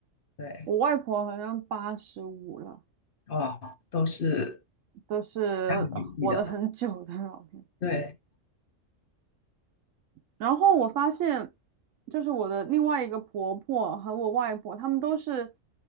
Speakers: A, on the left (about 50°); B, on the right (about 80°).
A: 对。
B: 我外婆好像八十五了，
A: 哇，都是
B: 都是
A: 大年纪的。
B: 呃活得很久的老人。
A: 对，
B: 然后我发现，就是我的另外一个婆婆和我外婆，她们都是，